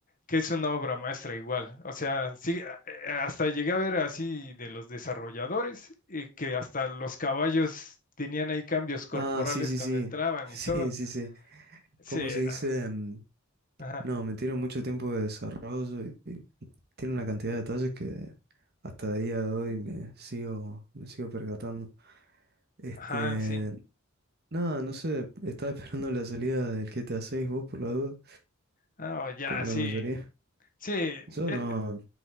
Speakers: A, on the left; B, on the right.
A: que es una obra maestra igual. O sea, sí, a- eh, hasta llegué a ver así de los desarrolladores, eh, que hasta los caballos tenían ahí cambios corporales
B: Ah, sí, sí,
A: cuando
B: sí.
A: entraban
B: <laughs> Sí,
A: y todo.
B: sí, sí.
A: Sí,
B: ¿Cómo se
A: no.
B: dice? Mm,
A: Ajá,
B: No, me tiene mucho tiempo de desarrollo y, y tiene una cantidad de detalles que hasta el día de hoy me sigo, me sigo percatando. Este,
A: ajá, sí.
B: nada, no sé, estaba <laughs> esperando la salida del GTA 6 vos por la duda,
A: Ah, oh, ya,
B: como
A: sí.
B: la mayoría.
A: Sí,
B: Yo
A: eh,
B: no.